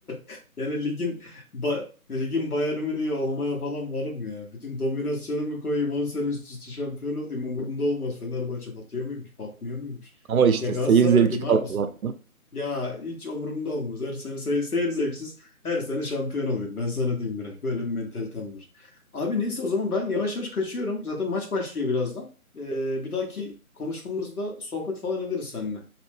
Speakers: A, on the left; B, on the right.
A: <laughs> yani ligin ba, ligin Bayern Münih'i olmaya falan varım ya. Bütün dominasyonumu koyayım 10 sene üst üste şampiyon olayım. Umurumda olmaz. Fenerbahçe batıyor muymuş, batmıyor muymuş?
B: Ama işte
A: Ya Galatasaraylıyım
B: seyir zevki kalmadı.
A: abi. Ya hiç umurumda olmaz. Her sene say- seyir zevksiz. Her sene şampiyon olayım. Ben sana diyeyim Miraç. Böyle bir mentalitem var. Abi neyse o zaman ben yavaş yavaş kaçıyorum. Zaten maç başlıyor birazdan. Ee, bir dahaki konuşmamızda sohbet falan ederiz seninle.